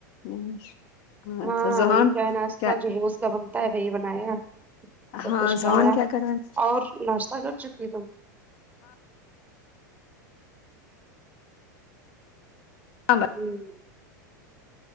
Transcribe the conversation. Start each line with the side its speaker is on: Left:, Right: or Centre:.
Left: ہاں
Right: ہاں
Left: تو ذہان
Right: وہی چائ ناشتہ
Left: کیا
Right: جو روز کا بنتا ہے وہی بنایا سب
Left: ہاں
Right: کچھ کھایا
Left: ذہان کیا کر رہا ہے
Right: اور ناشتہ کر چکی تم
Left: ہاں
Right: جی